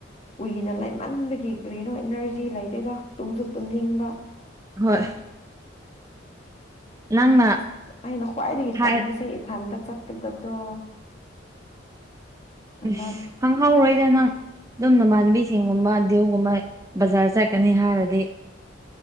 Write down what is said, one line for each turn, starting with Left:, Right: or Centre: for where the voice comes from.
Left: ꯀꯨꯏꯅ ꯂꯩꯃꯟꯕꯒꯤ ꯀꯔꯤꯅꯣ ꯏꯅꯔꯖꯤ ꯂꯩꯇꯦꯗ ꯇꯨꯝꯁꯨ ꯇꯨꯝꯅꯤꯡꯕ
Right: ꯍꯣꯏ ꯅꯪꯅ
Left: ꯑꯁ ꯑꯩꯅ ꯈ꯭ꯋꯥꯏꯗꯒꯤ
Right: ꯍꯥꯏ
Left: ꯇꯟꯕꯁꯦ
Right: ꯑꯁ
Left: ꯏꯐꯥꯟꯗ ꯆꯠꯀꯗꯕꯗꯣ ꯍꯟꯗꯛ
Right: ꯑꯁ ꯈꯪꯍꯧꯔꯣꯏꯗ ꯅꯪ ꯑꯗꯨꯝ ꯅꯃꯥꯟꯕꯤꯁꯤꯡꯒꯨꯝꯕ ꯗꯤ꯭ꯌꯎꯒꯨꯝꯕ ꯕꯖꯥꯔ ꯆꯠꯀꯅꯤ ꯍꯥꯏꯔꯗꯤ